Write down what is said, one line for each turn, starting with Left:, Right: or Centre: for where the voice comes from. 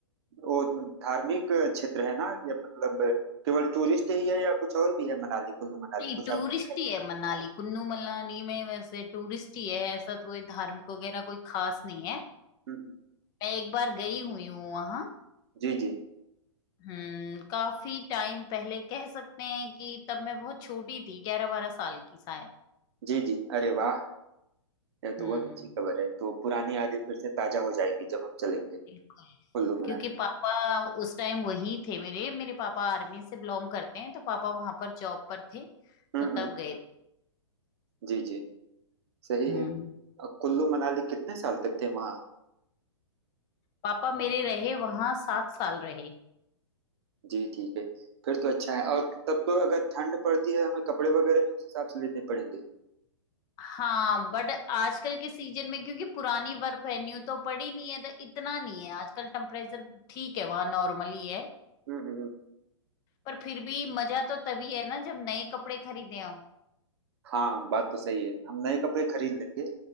Right: वो धार्मिक क्षेत्र है ना या मतलब केवल टूरिस्ट ही है या कुछ और भी है मनाली कुल्लू मनाली
Left: नहीं
Right: कुछ
Left: टूरिस्ट
Right: आपको है
Left: ही है मनाली कुल्लू मनाली में वैसे टूरिस्ट ही है ऐसा तो कोई धार्मिक वगैरह कोई खास नहीं है
Right: हम्म,
Left: मैं एक बार गई हुई हूँ वहां
Right: जी जी
Left: हम्म काफी टाइम पहले कह सकते हैं कि तब मैं बहुत छोटी थी ग्यारह बारह साल की शायद
Right: जी जी अरे वाह यह तो
Left: हम्म
Right: बहुत अच्छी खबर है तो पुरानी यादें फिर से ताजा हो जाएगी जब हम चलेंगे
Left: बिल्कुल
Right: कुल्लू मनाली
Left: क्योंकि पापा उस टाइम वहीं थे मेरे मेरे पापा आर्मी से बिलोंग करते हैं तो पापा वहां पर जॉब पर थे
Right: हम्म
Left: तो तब
Right: हम्म,
Left: गए
Right: जी जी सही
Left: हम्म
Right: है अब कुल्लू मनाली कितने साल तक थे वहाँ
Left: पापा मेरे रहे वहां सात साल रहे
Right: जी ठीक है फिर तो अच्छा है और तब तो अगर ठंड पड़ती है हमें कपड़े वगैरह भी उस हिसाब से लेने पड़ेंगे
Left: हाँ बट आजकल के सीजन में क्योंकि पुरानी बर्फ है न्यू तो पड़ी नहीं है तो इतना नहीं है आजकल टेम्परेचर ठीक है वहां नॉर्मल ही है
Right: हम्म हम्म,
Left: पर फिर भी मजा तो तभी है ना जब नए कपड़े खरीदे हो
Right: हाँ बात तो सही है हम नए कपड़े खरीद लेंगे